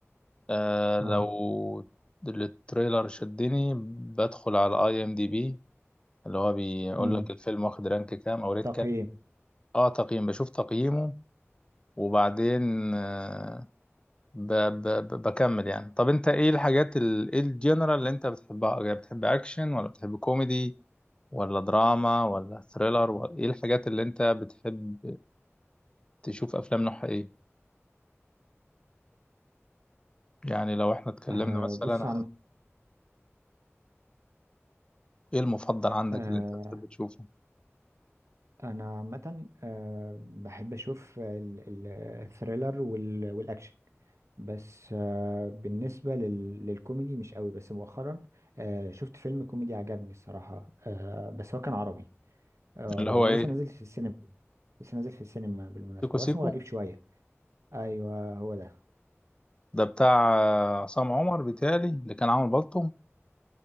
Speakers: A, on the left (about 20°); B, on the right (about 80°).
A: آه
B: اه
A: لو التريلر شدني بدخل على اي ام دي بي اللي هو بيقول
B: مم.
A: لك الفيلم واخد رانك كام او ريت
B: تقييم
A: كام اه تقييم بشوف تقييمه وبعدين آه ب ب ب بكمل يعني طب انت ايه الحاجات ال- ايه الجنرال اللي انت بتحبها يعني بتحب اكشن ولا بتحب كوميدي ولا دراما ولا ثريلر ولا ايه الحاجات اللي انت بتحب تشوف افلام نوعها ايه يعني لو احنا اتكلمنا
B: آه
A: مثلا
B: بص
A: عن
B: عم
A: ايه المفضل عندك
B: آه
A: اللي انت بتحب تشوفه
B: أنا عامة آه بحب أشوف ال- ال- الثريلر وال- والأكشن بس آه، بالنسبة لل... للكوميدي مش قوي بس مؤخرا آه، شفت فيلم كوميدي عجبني الصراحة آه، بس هو كان عربي آه،
A: اللي
B: وهو
A: هو ايه
B: لسه نازل في السينما لسه نازل في السينما بالمناسبة
A: سيكو سيكو
B: واسمه غريب شوية أيوه هو ده
A: ده بتاع آه، عصام عمر بيتهيألي اللي كان عامل بالطو